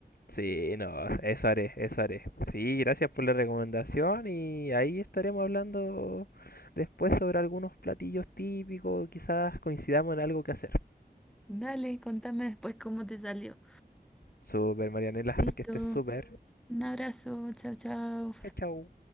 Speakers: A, on the left; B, in the centre.
A: Sí, no, eso haré, eso haré. Sí, gracias por la recomendación y ahí estaremos hablando después sobre algunos platillos típicos. Quizás coincidamos en algo que hacer.
B: Dale, contame después cómo te salió.
A: Super Marianela,
B: Listo,
A: que estés súper.
B: un abrazo, chao, chao.
A: Chao, chao.